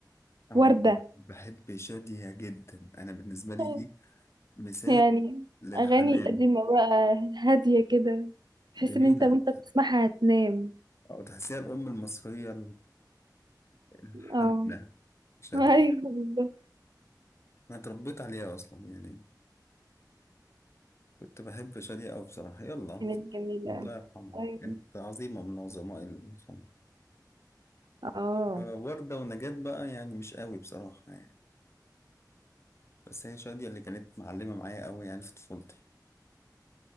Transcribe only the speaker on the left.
اه
بحب شادية جدا انا بالنسبه لي
دي مثال
للحنان
جميل
او تحسيها الام المصريه الحنونه
شادية
انا اتربيت عليها اصلا يعني كنت بحب شادية أوي بصراحه يلا
الله يرحمها
كانت عظيمه من عظماء الفن
ووردة ونجاة بقى يعني مش قوي بصراحه يعني بس هي شادية اللي كانت معلمه معايا قوي يعني في طفولتي